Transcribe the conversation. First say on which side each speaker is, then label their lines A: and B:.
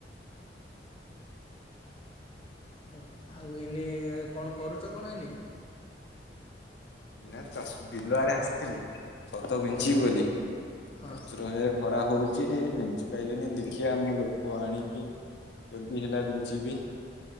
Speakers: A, on the left; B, on the left.
A: ହ ଆଉ ଏନି କଣ କରୁଛ କଣ ଏନି
B: ନା ତ ବିଲୁଆଡେ ଆସିଥିଲି। ଖତ ବିନ୍ଛିି
A: ହଁ
B: ବୋଲି
A: ହଁ
B: ପ୍ରଚୁର ଭାବରେ ଖରା ହଉଛି। କି ବିଞ୍ଚି ପାଇଲିନି ଦେଖିବା ମୁଁ ଲୋକ ଆଣିକି ଯଦି ହେଲା ବିଞ୍ଚିବି।